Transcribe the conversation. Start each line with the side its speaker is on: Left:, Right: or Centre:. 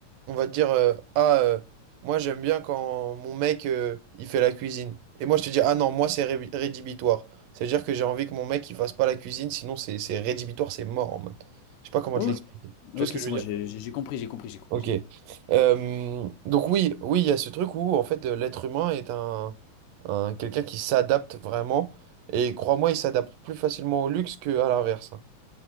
Right: on va te dire, euh, ah, euh, moi j'aime bien quand mon mec, euh, il fait la cuisine. Et moi je te dis, ah non, moi c'est ré- rédhibitoire. Ça veut dire que j'ai envie que mon mec, il fasse pas la cuisine, sinon c'est c'est rédhibitoire, c'est mort en mode. Je sais pas comment
Left: Ok,
Right: te l'expliquer. Tu
Left: ok,
Right: vois ce que je
Left: c'est
Right: veux dire?
Left: moi, j'ai j'ai- j'ai compris, j'ai compris, j'ai compris,
Right: Ok.
Left: j'ai compris.
Right: Euh, donc oui, oui, il y a ce truc où en fait euh, l'être humain est un, un- quelqu'un qui s'adapte vraiment et crois-moi, il s'adapte plus facilement au luxe qu'à l'inverse. hein.